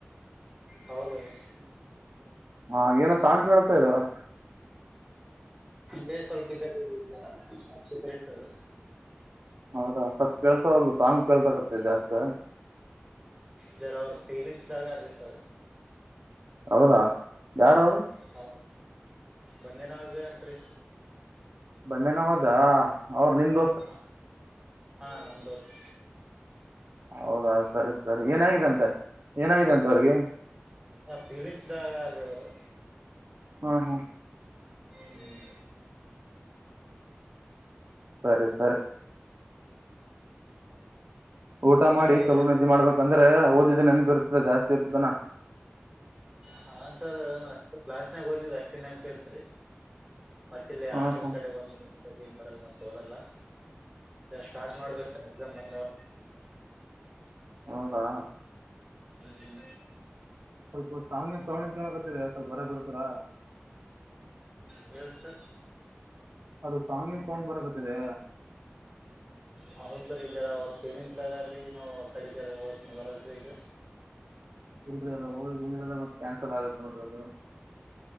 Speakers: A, on the right; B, on the right.
A: ಹೌದಲ್ರಿ
B: ಹಾ ಏನ ಸಾಂ್ ಕತಾ ಇದಾರಾ
A: ಅೇ ಸ್ವಲ್ಪ ಈ ಅ ಸರ್
B: ಹೌದಾ ಸತ್ ಕೆಲ್ಸವಲ್ಲಲು ತಂಗ್ ಕೆಲ್ಸಕತ್ತ ಜಾಸ್ತ
A: ಜರ ಅವ್ರ ಫೀಲಿಂಗ್ಸ್ ದಾಗ ರೀ ಸರ್
B: ಹೌದಾ ಯಾರ ಅವರು
A: ಹೌ ಬಂದೇ ನಾವಾಗ ಅಂತ್ರಿ
B: ಬಂದನ ಹೋದಾ ಅವರು ನಿ್ದ
A: ಹ ಹಾ ನಮ ದೋಸ್ತ
B: ಹೌದಾ ಸರಿ ಸರಿ ಏನಾಗಿದಂತೆ ಏನಾಗಿದಂತೆ ಅವ್ರಿಗಿ
A: ಹ ಫೀಲಿಂಗ್ಸದಾಗಾರೀ ಅವರು
B: ಹಾ ಹಾ
A: ಹ್ಮ್
B: ಸರಿ ಸರಿ ಊಟ ಮಾಡಿ
A: ಮ್ಯಾಲ್
B: ಚಲೋ
A: ಬರ್ರಿ
B: ನಿದ್ದಿ ಮಾಡ್ಬೇಕಂದ್ರೆ ಓದಿದ್ದ ನೆನ್ನಪ ಇರ್ತದೆ ಜಾಸ್ತಿ ಇರ್ತದಾನ
A: ಹಾ ಸರ್ ಅಷ್ಟೆ ಕ್ಲಾಸ್ನಾಗ ಓದಿದ್ದ ಅಷ್ಟೆ ನೇನಪ ಇರತ್ತದ್ರಿ ಮತ್ತ ಇಲ್ಲಿ
B: ಹಾ
A: ಹಾಸ್ಟೆಲ್
B: ಹಾ
A: ಕಡೆ ಬಂದ್ರ ಸ್ಟಡಿ ಮಾಡಲ್ ಮತ್ತ ಓದಲ್ಲ ಸರ್ ಸ್ಟಾರ್ಟ್ ಮಾಡ್ಬೇಕ ಸರ್ ಎಕ್ಸಾಮ್ ಬಂದವ
B: ಹೌದಾ
A: ಹ್ಮ್
B: ಸ್ವಲ್ಪ ಸಾಂಗಿದ ಸೌಂಡ ಕೇಳಕೊತ್ತಿದೆ ಸ್ವಲ್ಪ ಹೊರಗ ಬರ್ತ್ತಿರಾ
A: ಹೇಳ್ರಿ ಸರ್
B: ಅದು ಸಾಂಗಿದ ಸೌಂಡ್ ಬರಕುತಿದೆ
A: ಹೌದ್ರೀ ಜರ ಅವ್ರ ಫೀಲಿಂಗ್ಸದಾಗಾರೀ ನಾವು ಅಕಡಿ ಈಕಡಿ ಹೋಗಕನ್ನು ಬರಲ್ರಿ ಈಗ
B: ಇಲ್ರಿ ಅದ ಹೋಗಿ ಮುಂದಿರದ ಮತ್ತ ಕ್ಯಾನ್ಸಲ್ ಆಗುತ್ತ ನೋಡರಿ ಅದು